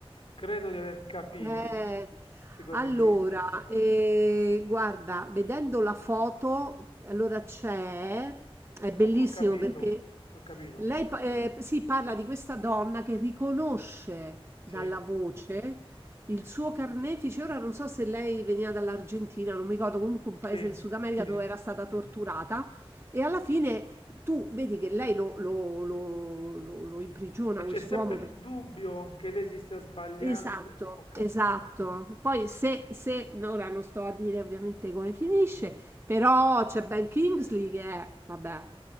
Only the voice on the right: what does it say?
Eh,
allora,
eh, guarda, vedendo la foto, allora c'è, è
bellissimo
perché
lei pa- eh, si parla di questa donna che riconosce
dalla voce il suo carnefice. Ora non so se lei veniva dall'Argentina, non mi ricordo, comunque un paese
del Sud America
dove era stata torturata. E alla fine tu vedi che lei lo, lo, lo, lo, lo imprigiona
quest'uomo
perché
Esatto,
esatto. Poi se,
se, no, ora non sto a dire ovviamente come finisce, però c'è Ben Kingsley che è, vabbè,